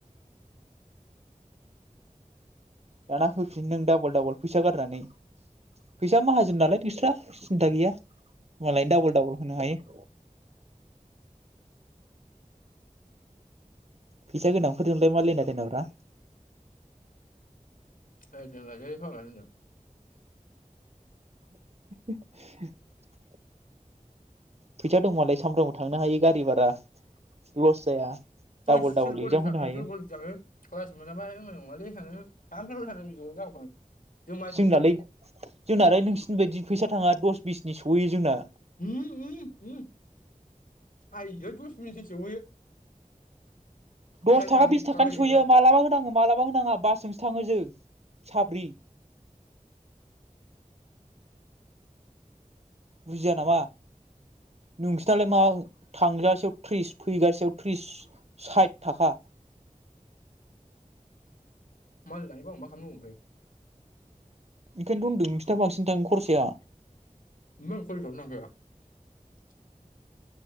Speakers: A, on the right; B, on the left.
A: दाना होफिन नों डाबल डाबल फैसा गारनानै फैसा माहाजोन नालाय <unintelligible> सिन्था गैया मालाय
B: उम
A: डाबल डाबल होननो हायो। फैसा गोनां फोरजोंलाय मा लेना देनाब्रा
B: ओइ दोनदोलै‌‌ फाग्ला दोनदो
A: <inaudible> फैसा दंमोनालाय सामफ्रामबो थांनो हायो गारि भारा लस जाया।
B: हैस‌
A: डाबल डाबल
B: कलेज
A: एगजाम
B: थाङो
A: होनो हायो
B: कलेज थाङो क्लास मोनाबा मनाय नङालै सानो <unintelligible> जों मास
A: जोंनालाय
B: मोनसेयाव खेनसे
A: जोंनालाय नोंसिनि बायदि फैसा थाङा दस बिसनि सौहै जोंना
B: ओम ओम ओम आइयै दस‌ बिसनि‌ सोहै
A: दस थाखा
B: दानो
A: बिस
B: एक्सट्रा
A: थाखानि
B: होयोना
A: सयो मालाबा होनाङो मालाबा होनाङा बासजोंसो थाङो जों। साबफ्रि बुजिया नामा नोंसोरनालाय मा थांजासेयाव थ्रिस फैगासेयाव थ्रिस साइथ थाखा
B: मालाय लायोबा आं मा खालामनांगौ ओमफ्राय
A: ओंखायनोथ' होनदों नोंसोरना बांसिन थाङो खरसाया
B: <unintelligible>